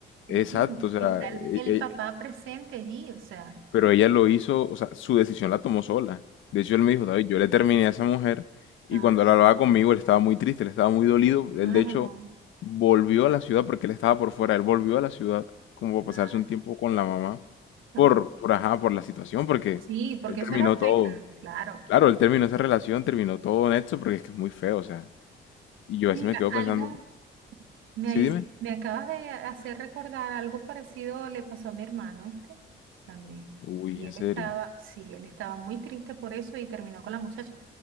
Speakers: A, on the right; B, on the left.
A: ¿entiendes?
B: Exacto, o sea,
A: Está el,
B: e-
A: el
B: e-
A: papá presente allí, o sea.
B: Pero ella lo hizo, o sea, su decisión la tomó sola. De hecho, él me dijo, David, yo le terminé a esa mujer y
A: Ah,
B: cuando él hablaba conmigo, él estaba muy triste, él estaba muy dolido.
A: claro.
B: Él, de hecho, volvió a la ciudad porque él estaba por fuera, él volvió a la ciudad como para pasarse
A: Ah,
B: un tiempo con la mamá
A: ok.
B: por, por, ajá, por la situación, porque
A: Sí, porque
B: él terminó
A: eso le afecta,
B: todo.
A: claro.
B: Claro, él terminó esa relación, terminó todo en esto porque es que es muy feo, o sea. Y yo
A: Mira,
B: a veces me quedo
A: algo
B: pensando,
A: me,
B: sí,
A: hice-
B: dime.
A: me acabas de hacer recordar, algo parecido le pasó a mi hermano, ¿viste? También.
B: Uy,
A: Y
B: en
A: él
B: serio.
A: estaba, sí, él estaba muy triste por eso y terminó con la muchacha.